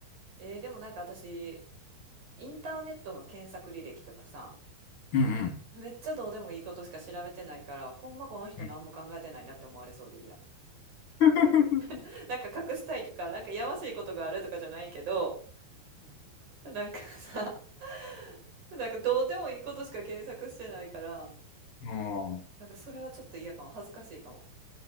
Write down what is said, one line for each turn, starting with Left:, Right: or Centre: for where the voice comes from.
Right: えー、でもなんか私インターネットの検索履歴とかさ、
Left: う。うんうん。
Right: めっちゃどうでもいいことしか調べてないから、ほんまこの人何も考えてないなって思われそうでいいや。
Left: うん。<laughs>
Right: <laughs> なんか隠したいとか、なんかやましいことがあるとかじゃないけど、なんかさ、<laughs> なんかどうでもいいことしか検索してないから、
Left: うん。
Right: なんかそれはちょっと嫌かも。恥ずかしいかも。